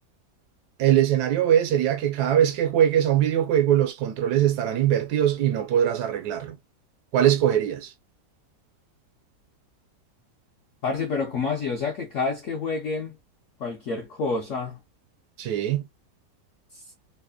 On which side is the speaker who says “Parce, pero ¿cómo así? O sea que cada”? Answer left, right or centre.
Left